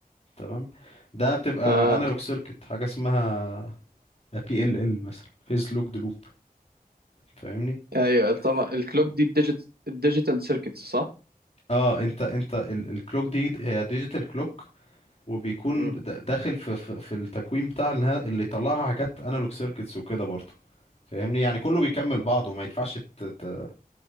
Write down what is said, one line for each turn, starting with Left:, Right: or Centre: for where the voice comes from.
Left: تمام ده بتبقى
Right: اه
Left: انالوج سيركت حاجة اسمها بي ال ال مثلا فيز لوكد لوب فاهمني
Right: ايوه طبعا الكلوك دي الديجيت الديجيتال سيركتس صح
Left: اه انت انت الكلوك دي هي ديجيتال كلوك وبيكون
Right: امم
Left: د- داخل في في في التكوين بتاع اللي اللي يطلعها حاجات انالوج سيركتس وكده برضه فاهمني يعني كله بيكمل بعضه ما ينفعش ت... ت...